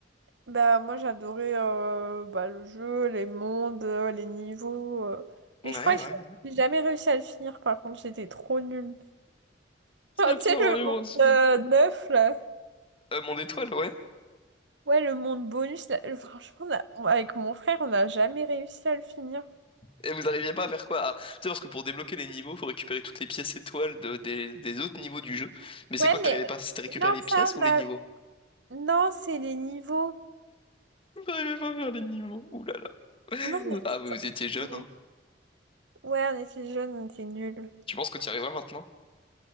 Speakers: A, on the right; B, on the left.
A: Bah moi j'adorais euh, bah, le jeu, les mondes, euh, les niveaux. euh. Mais
B: Ouais,
A: je crois que
B: ouais.
A: j'ai jamais réussi à le finir par contre, j'étais trop nulle.
B: Super
A: Genre, tu sais
B: Mario
A: le monde
B: Bros.
A: euh,
B: Oui.
A: neuf là.
B: Euh, mon étoile, ouais.
A: Ouais le monde bonus là. euh, Franchement on a- on- avec mon frère on n'a jamais réussi à le finir.
B: Et vous arriviez pas à faire quoi? Ah, tu sais, parce que pour débloquer les niveaux, faut récupérer toutes les pièces étoiles de, des, des autres niveaux du jeu. Mais c'est
A: Ouais
B: quoi que
A: mais
B: t'arrivais pas? C'était récupérer
A: non
B: les
A: ça
B: pièces ou
A: on
B: les
A: a...
B: niveaux?
A: Non c'est les niveaux.
B: J'arrivais pas à faire les niveaux. Ouh là là.
A: Non on était...
B: Ah, mais vous étiez jeune,
A: on est-
B: hein.
A: Ouais on était jeunes, on était nuls.
B: Tu penses que tu y arriveras maintenant?